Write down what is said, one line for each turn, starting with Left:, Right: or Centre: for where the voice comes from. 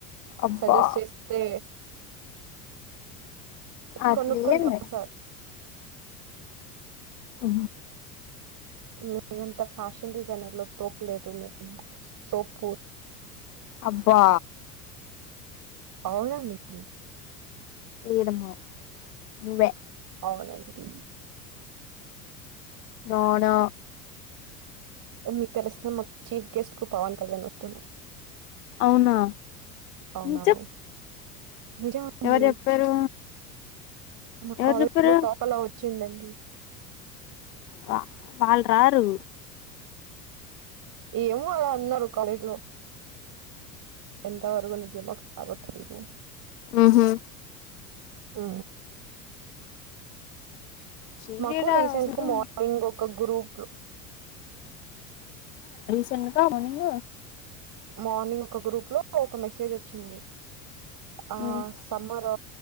Left: అబ్బా
Right: సజెస్ట్ చేస్తే
Left: అట్లే
Right: కొనుక్కుంటాం
Left: ఏంలే
Right: సార్.
Left: అ
Right: మియాంత ఫ్యాషన్ డిజైనర్ లో తోప్లేదు. ఒప్పుకోవచ్చు సోపూర్
Left: అబ్బా
Right: అవునా నిక్కి
Left: లేదమ్మా నువ్వే
Right: అవునండి.
Left: నోనో
Right: మీకు తెలిసిన మా చీఫ్ గెస్ట్ కు పవన్ కళ్యాణ్ వస్తున్నారు.
Left: అవునా
Right: అవునవును.
Left: నిజం
Right: నిజమండి
Left: ఎవరు చెప్పారు
Right: మా
Left: ఎవరు
Right: కాలేజ్
Left: చెప్పారు
Right: లో టోకలావచ్చ వచ్చిందండి
Left: వా వాళ్ళు రారు
Right: ఏమో అలా అన్నారు కాలేజ్ లో ఎంతవరకు నిజమో కాదో తెలీదు
Left: ఉహు
Right: ఆ
Left: శ్రీలీల
Right: మాకు రీసెంట్
Left: వస్తు
Right: కు మార్నింగ్ ఒక గ్రూప్
Left: చిన్నకా మార్నింగ్
Right: మార్నింగ్ ఒక గ్రూప్ లో ఒక మెసేజ్ వచ్చింది ఆ
Left: ఉమ్
Right: సమ్మర్